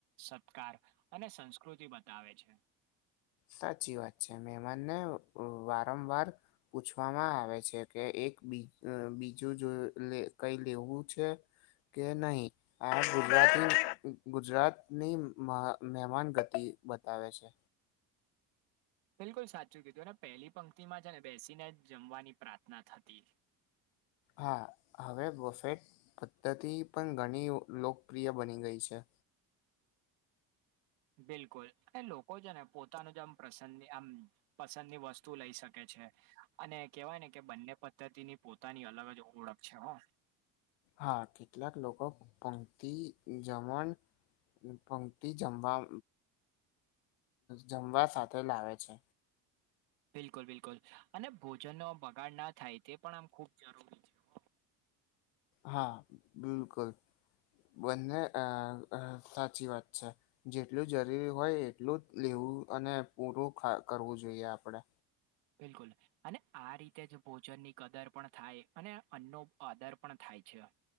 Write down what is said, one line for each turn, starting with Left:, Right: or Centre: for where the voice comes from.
Right: સત્કાર અને સંસ્કૃતિ બતાવે છે
Left: સાચી વાત છે મેમાનને વારંવાર પૂછવામાં આવે છે કે એક બી અહ બીજું જો લે કઈ લેવું છે કે નહીં હા ગુજરાતની ગુજરાતની મહ મેહમાન ગતિ બતાવે છે
Right: બિલકુલ સાચું કીધું ને પહેલી પંક્તિ માં છે ને બેસીને જમવાની પ્રાર્થના થતી
Left: હા હવે વફેટ પદ્ધતિ પણ ઘણી લોકપ્રિય બની ગઈ છે
Right: બિલકુલ એ લોકો છે ને પોતાનું જે આમ પ્રસંગ આમ પસંદની વસ્તુ લઈ શકે છે અને કેવાય ને કે બંને પદ્ધતિની પોતાની અલગ જ ઓળખ છે હો.
Left: હા કેટલાક લોકો પંક્તિ જમણ પંક્તિ જમવા જમવા સાથે લાવે છે.
Right: બિલકુલ બિલકુલ અને ભોજનનો બગાડ ના થાય તે પણ આમ ખૂબ જરૂરી છે. હો.
Left: હા બિલકુલ બંને અહ અહ સાચી વાત છે જેટલું જરૂરી હોય એટલું લેવું અને પૂરું ખ કરવું જોઈએ આપડે
Right: બિલકુલ અને આ રીતે જ ભોજન ની કદર પણ થાય અને અન્નો આદર પણ થાય છે